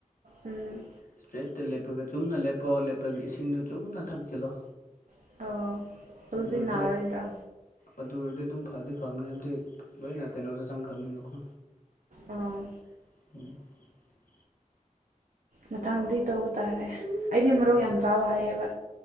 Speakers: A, on the right; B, on the left.
A: ꯎꯝ
B: ꯏꯁꯇ꯭ꯔꯦꯠꯇ ꯂꯦꯞꯄꯒ ꯆꯨꯝꯅ ꯂꯦꯞꯄꯣ ꯂꯦꯞꯄꯒ ꯏꯁꯤꯡꯗꯣ ꯆꯨꯝꯅ ꯊꯛꯆꯤꯜꯂꯣ
A: <unintelligible>
B: ꯑꯗꯨꯗꯗꯤ
A: ꯅꯥꯔꯣꯏꯗ꯭ꯔꯥ
B: ꯑꯗꯨꯔꯗꯤ ꯑꯗꯨꯝ ꯐꯗꯤ ꯐꯕꯅꯤ ꯍꯥꯏꯕꯗꯤ ꯂꯣꯏꯅ ꯀꯩꯅꯣꯗ ꯆꯪꯈ꯭ꯔꯕꯅꯤꯅꯀꯣ
A: ꯑꯥ
B: <unintelligible>
A: ꯃꯊꯪꯗꯤ ꯇꯧꯕ ꯇꯥꯔꯦ ꯑꯩꯗꯤ ꯃꯔꯣꯛ
B: ꯎꯝ
A: ꯌꯥꯝ ꯆꯥꯕ ꯍꯥꯏꯌꯦꯕ